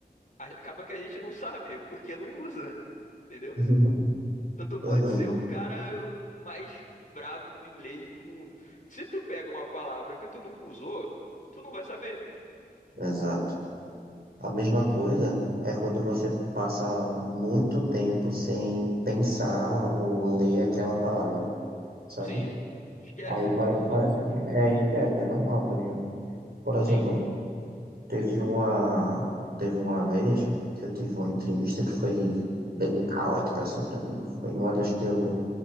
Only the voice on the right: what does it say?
<laughs>
Verdade.
Exato. A mesma coisa é quando você passa muito tempo sem pensar ou ler aquela palavra, sabe?
Aí para-
parece que é esquece, é normal, tá ligado? Por exemplo,
Teve uma, teve uma vez que eu tive uma entrevista que foi bem caótica, assim, pra mim. Foi uma das que eu,